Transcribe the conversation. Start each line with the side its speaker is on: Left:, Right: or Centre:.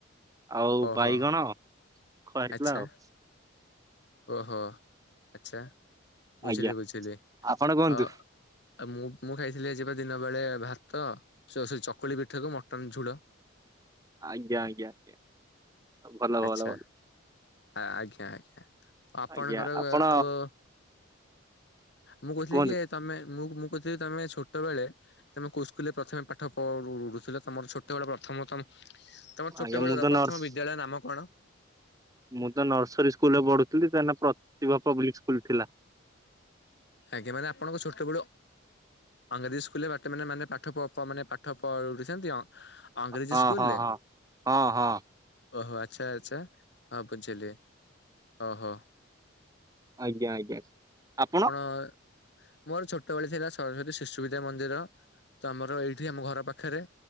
Right: ଆଉ
Left: ଓହୋ
Right: ବାଇଗଣ ଖୁଆ ହେଇଥିଲା
Left: ଆଚ୍ଛା
Right: ଆଉ।
Left: ଓହୋ ଆଚ୍ଛା ବୁଝିଲି
Right: ଆଜ୍ଞା
Left: ବୁଝିଲି
Right: ଆପଣ କୁହନ୍ତୁ
Left: ଆ ଆଉ ମୁଁ ମୁଁ ଖାଇଥିଲି ଆଜି ପା ଦିନ ବେଳେ ଭାତ, ସରି ସରି ଚକୁଳି ପିଠାକୁ ମଟନ ଝୁଳ।
Right: ଆଜ୍ଞା ଆଜ୍ଞା ଆଜ୍ଞା ଭଲ
Left: ଆଚ୍ଛା
Right: ଭଲ ଭଲ!
Left: ଆଜ୍ଞା ଆଜ୍ଞା। ଆପଣ
Right: ଆଜ୍ଞା
Left: ଙ୍କର
Right: ଆପଣ
Left: ଆଉ ମୁଁ କହୁଥିଲି
Right: କୁହନ୍ତୁ
Left: କି ତମେ ମୁଁ ମୁଁ କହୁଥିଲି କି ତମେ ଛୋଟ ବେଳେ ତମେ କୋଉ ସ୍କୁଲ ରେ ପ୍ରଥମେ ପାଠ ପଢୁଥିଲ ତମର ଛୋଟବେଳ ପ୍ରଥମ ତମ ତମର ଛୋଟ
Right: ଆଜ୍ଞା
Left: ବେଳର
Right: ମୁଁ ତ
Left: ପ୍ରଥମ
Right: ନର୍ସ
Left: ବିଦ୍ୟାଳୟ ନାମ କଣ?
Right: ମୁଁ ତ ନର୍ସରୀ ସ୍କୁଲରେ ପଢୁଥିଲି ତା ନା ପ୍ରତିଭା ପବ୍ଲିକ ସ୍କୁଲ ଥିଲା।
Left: ଆଜ୍ଞା ମାନେ ଆପଣଙ୍କ ଛୋଟବେଳୁ ଅଂରାଜୀ ସ୍କୁଲରେ ବାଟେ ମାନେ ମାନେ ପାଠ ପ ମାନେ ପାଠ ପଢୁଛନ୍ତି? ଆଂଗ୍ରେଜୀ
Right: ହଁ
Left: ସ୍କୁଲରେ?
Right: ହଁ ହଁ ହଁ ହଁ
Left: ଓହୋ ଆଚ୍ଛା ଆଚ୍ଛା ହଁ ବୁଝିଲି ଓହୋ।
Right: ଆଜ୍ଞା ଆଜ୍ଞା! ଆପଣ?
Left: ହ ମୋର ଛୋଟବେଳେ ଥିଲା ସରସ୍ଵତୀ ଶିଶୁ ବିଦ୍ୟା ମନ୍ଦିର। ତ ଆମର ଏଇଠି ଆମ ଘର ପାଖରେ